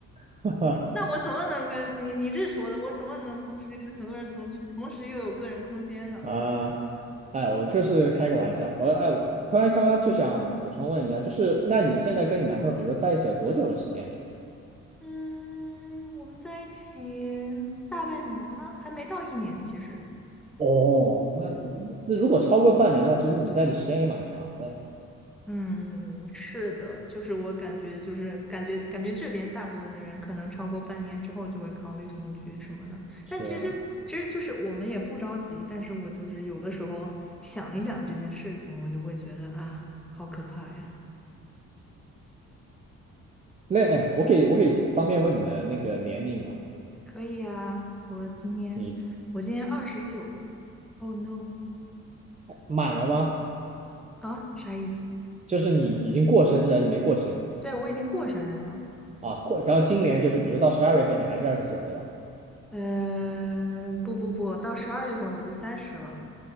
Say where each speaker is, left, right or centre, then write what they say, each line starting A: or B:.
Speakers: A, on the right (about 25°); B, in the centre.
A: 吗？
B: <laughs>
A: <laughs>
B: 那我怎么能跟你你这说的，我怎么能同时跟很多人同居，同时又有个人空间呢？
A: 啊，哎，我就是开个玩笑，我哎我突然刚刚就想补充问一下，就是那你现在跟你男朋友，比如说在一起了多久的时间了已经
B: 嗯，我们在一起大半年了，还没到一年，其实。
A: 哦，那那如果超过半年的话，其实你们在一起时间也蛮长的。
B: 嗯，是的，就是我感觉，就是感觉，感觉这边大部分的人可能超过半年之后就会考虑同居什么的。但其实，
A: 是啊，
B: 其实就是我们也不着急，但是我就是有的时候想一想这件事情，我就会觉得啊，好可怕呀！
A: 那哎，我可以我可以方便问你的那个年龄吗？
B: 可以呀，我今年我今年二十九了。
A: 你
B: Oh no！
A: 满了吗？
B: 啊，啥意思？
A: 就是你已经过生日还是没过生日
B: 对，我已经过生日了。
A: 啊？过，然后今年就是比如到十二月份你还是二十九，对吧？
B: 嗯，不不不，到十二月份我就三十了。